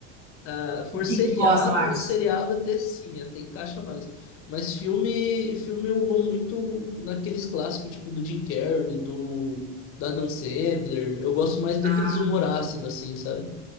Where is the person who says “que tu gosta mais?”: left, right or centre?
Right